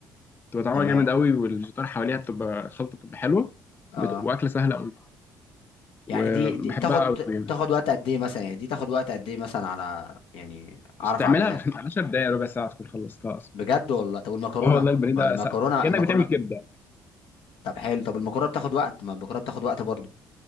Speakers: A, on the left; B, on the left.
A: بتبقى طعمها
B: تمام
A: جامد قوي والفيجيتار حواليها بتبقى خلطه بتبقى حلوه
B: اه
A: بت- واكله سهله قوي وبحبها
B: يعني دي دي تاخد
A: قوي
B: ت-
A: يعني
B: تاخد وقت قد ايه مثلا يعني دي تاخد وقت قد ايه مثلا على يعني اعرف
A: بس تعملها
B: اعملها
A: في <laughs> 10 دقايق ربع ساعه تكون خلصتها اصلا
B: بجد والله طب والمكرونة
A: اه والله البانيه
B: مع
A: ده
B: المكرونة
A: سا... كانك
B: المكرونة
A: بتعمل كبده
B: طب حلو طب المكرونه بتاخد وقت ما المكرونه بتاخد وقت برضو